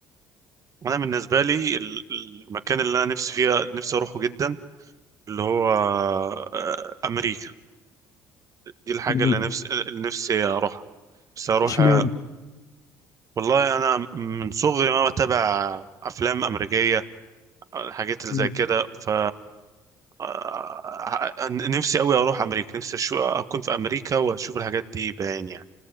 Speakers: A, on the right (about 45°); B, on the left (about 50°).
A: انا بالنسبه لي ال- المكان اللي انا نفسي فيها نفسي اروحه جدا اللي هو آه، امريكا دي الحاجه
B: ليه؟
A: اللي نفسي اللي نفسي اروحها بس اروح
B: اشمعنى
A: آه، والله انا من صغري ما بتابع افلام امريكيه الحاجات اللي
B: مم.
A: زي كده ف آه، نفسي قوي اروح امريكا نفسي أشو... اكون في امريكا واشوف الحاجات دي بعيني يعني